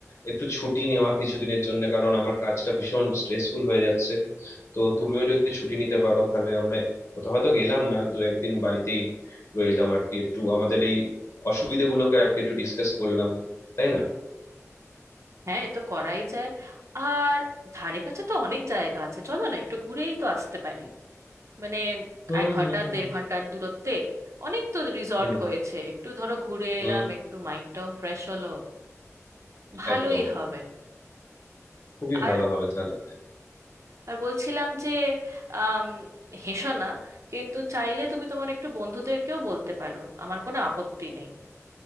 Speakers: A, on the left; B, on the right.
A: একটু ছুটি নেওয়া কিছুদিনের জন্য কারণ আমার কাজটা ভীষণ স্ট্রেসফুল হয়ে যাচ্ছে তো তুমিও যদি ছুটি নিতে পারো তাহলে আমরা কোথাও হয়তো গেলাম না দু একদিন বাড়িতেই রইলাম আর কি একটু আমাদের এই অসুবিধেগুলোকে আর কি একটু ডিসকাস করলাম তাই না
B: হ্যাঁ এ তো করাই যায় আর ধারে কাছে তো অনেক জায়গা আছে চলো না একটু ঘুরেই তো আসতে পারি মানে
A: হুম
B: এক ঘন্টা
A: হুম হুম
B: দেড় ঘন্টার দূরত্বে অনেক তো রিসর্ট
A: হুম
B: হয়েছে একটু ধরো ঘুরে
A: হুম
B: এলাম একটু মাইন্ডটাও ফ্রেশ হলো ভালোই
A: একদম
B: হবে
A: খুবই
B: আর
A: ভালো হবে তাহলে
B: আর বলছিলাম যে আম, হেসো না কিন্তু চাইলে তুমি তোমার একটু বন্ধুদেরকেও বলতে পারো আমার কোনো আপত্তি নেই